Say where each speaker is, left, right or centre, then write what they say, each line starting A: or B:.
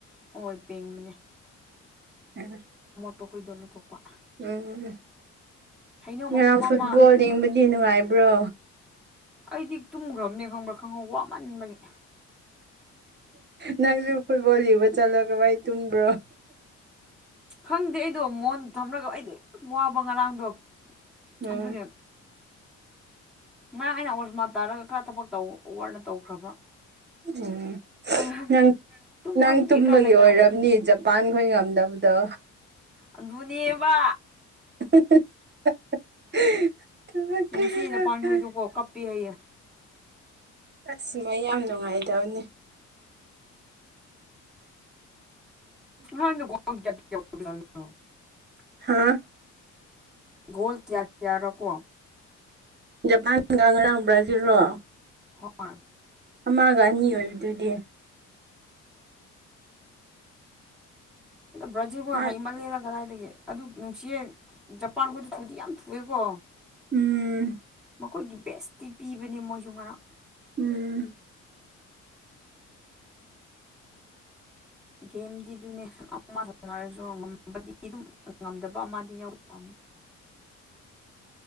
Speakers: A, in the centre; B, on the right (about 35°).
A: ꯑꯣꯏ ꯄꯦꯡꯕꯅꯤ
B: <unintelligible>
A: ꯑꯩꯈꯣꯏꯗꯣ ꯂꯧꯊꯣꯛꯄ
B: ꯎꯝ
A: ꯍꯩꯅꯧ
B: ꯉꯔꯥꯡꯐꯨꯠꯕꯣꯜ
A: ꯃꯄꯣꯝ ꯑꯃ
B: ꯌꯦꯡꯕꯨꯗꯤ ꯅꯨꯡꯉꯥꯏꯕ꯭ꯔꯣ
A: ꯑꯩꯗꯤ ꯇꯨꯝꯈ꯭ꯔꯕꯅꯦ ꯈꯪꯕ꯭ꯔꯥ ꯈꯪꯉꯧ ꯋꯥꯃꯟꯕꯒꯤ
B: ꯅꯪꯁꯨ ꯐꯨꯠꯕꯣꯜ ꯌꯕ ꯆꯠꯂꯒ ꯚꯥꯏ ꯇꯨꯝꯕ꯭ꯔꯣ
A: ꯈꯪꯗꯦ ꯑꯩꯗꯣ ꯃꯣꯟ ꯊꯝꯂꯒ ꯑꯩꯗꯣ ꯌꯥꯝ ꯋꯥꯕ ꯉꯔꯥꯡꯗꯣ
B: ꯎꯝ
A: ꯑꯗꯨꯒ ꯉꯔꯥꯡ ꯑꯩꯅ ꯑꯣꯔꯖꯃꯥ ꯇꯥꯔꯒ ꯈꯔ ꯊꯕꯛ ꯑꯣꯅ ꯇꯧꯈ꯭ꯔꯕ
B: ꯎꯝ
A: ꯑꯗ
B: ꯅꯪ
A: ꯇꯨꯝꯔꯣꯏꯒꯦ
B: ꯅꯪ ꯇꯨꯝꯕꯒꯤ
A: ꯈꯜꯂꯒ
B: ꯑꯣꯏꯔꯕꯅꯤ ꯖꯄꯥꯟ ꯈꯣꯏ ꯉꯝꯗꯕꯗꯣ
A: ꯑꯗꯨꯅꯦꯕ
B: <unintelligible>
A: ꯅꯨꯡꯁꯤ ꯖꯄꯥꯟ ꯍꯨꯏꯗꯣꯀꯣ ꯀꯞꯄꯦ ꯍꯥꯏꯌꯦ
B: ꯑꯁ ꯃꯣꯏ ꯌꯥꯝ ꯅꯨꯡꯉꯥꯏꯗꯕꯅꯦ
A: <unintelligible>
B: ꯍꯥꯥ
A: ꯀꯣꯜ ꯀꯌꯥ ꯀꯌꯥꯔꯀꯣ
B: ꯖꯄꯥꯟ ꯒꯥ ꯉꯔꯥꯡ ꯕ꯭ꯔꯥꯖꯤꯜ ꯔꯣ
A: ꯍꯣꯏ
B: ꯑꯃꯒ ꯑꯅꯤ ꯑꯣꯏꯕꯗꯨꯗꯤ
A: ꯕ꯭ꯔꯖꯤꯜꯕꯨ
B: ꯍꯥ
A: ꯍꯩꯃꯜ ꯂꯦꯗꯥ ꯀꯗꯥꯌꯗꯒꯤ ꯑꯗꯨ ꯅꯨꯡꯁꯤꯌꯦ ꯖꯄꯥꯟꯈꯣꯏꯗ ꯊꯨꯗꯤ ꯌꯥꯝ ꯊꯨꯑꯦꯀꯣ
B: ꯎꯝ
A: ꯑꯩꯈꯣꯏꯒꯤ ꯕꯦꯁꯇꯤ ꯄꯤꯕꯅꯦ ꯃꯣꯏꯁꯨ ꯉꯔꯥꯡ
B: ꯎꯝ
A: ꯒꯦꯝꯗꯤ ꯑꯗꯨꯅꯦ ꯍꯥꯏꯔꯁꯨ ꯉꯝꯕꯗꯤ ꯑꯗꯨꯝ ꯉꯝꯗꯕ <unintelligible>